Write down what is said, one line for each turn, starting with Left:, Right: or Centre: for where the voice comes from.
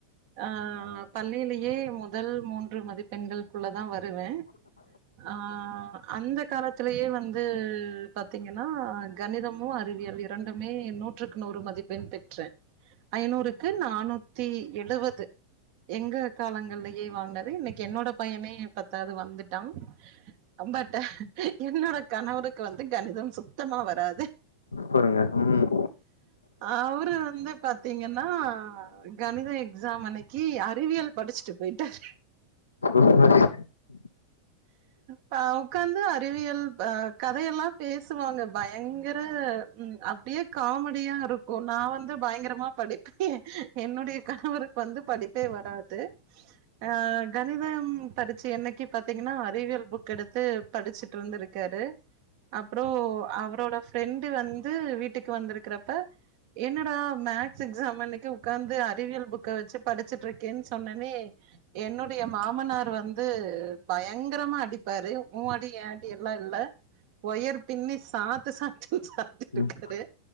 Right: ஆ பள்ளிலயே முதல் மூன்று மதிப்பெண்களுக்குள்ளதா வருவேன் ஆ அந்த கால துள்ளயே வந்து பாத்தீங்கனா கணிதமு அறிவியல் இரண்டுமே நூற்றுக்கு நூறு மதிப்பெண் பெற்றே ஐநூறுக்கு நானூத்தி எழுவது எங்க காலங்கல்லயே வாங்னது இன்னிக்கு என்னோட பையனே பத்தாவது வந்துட்டா <unintelligible> என்னோட கணவருக்கு வந்து கணிதம் சுத்தமா வராது
Left: பாருங்க ம்
Right: அவரு வந்து பாத்தீங்கன்னா கணிதோ ஸாம் அன்னக்கி கி அறிவியல் படிச்சிட்டு போயிட்டாரு
Left: <inaudible> <inaudible>
Right: பா உக்காந்து டிவியல் பா கதையெல்லா பேசுவாங்க பயங்கர ம் அப்டியே காமெடியா இருக்கோ நா வந்து பயங்கரமா படி <inaudible> என்னுடைய கணவருக்கு வந்து படிப்பே வராது ஆ கணிதம் படிச்சு என்னக்கி பாத்தீங்கனா அறிவியல் புக் எடுத்து படிச்சுட்ருந்துருக்காரு அப்றோ அவரோட ஃப்ரெண்ட்டு வந்து வீட்டுக்கு வந்திருக்கிறப்ப என்னட மேக்ஸ் எக்ஸாமன்னிக்கு உக்காந்து அறிவியல் புக்க வெச்சு படிச்சுட்டுருக்கேன் சொன்னனே என்னுடைய மாமனார் வந்து பயங்கரமா அடிப்பாரு உ அடி எ அடி எல்லா இல்ல ஒயர் பின்னி சாத்து சாத்துனு சாத்திட்டுருக்காரு
Left: ம்